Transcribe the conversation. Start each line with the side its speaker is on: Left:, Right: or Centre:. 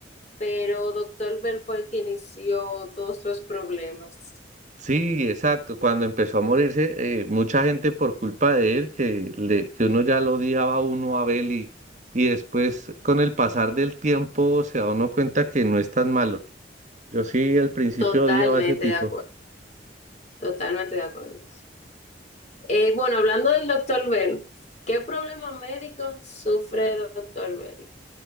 Left: pero doctor Bell fue el que inició todos los problemas.
Right: Sí, exacto. Cuando empezó a morirse, eh, mucha gente por culpa de él, que, le, que uno ya lo odiaba a uno a Bell y, y después con el pasar del tiempo se da uno cuenta que no es tan malo. Yo sí al principio
Left: Totalmente
Right: odiaba a ese tipo.
Left: de acuerdo, totalmente de acuerdo. Eh, bueno, hablando del doctor Bell, ¿qué problema médico sufre el doctor Bell?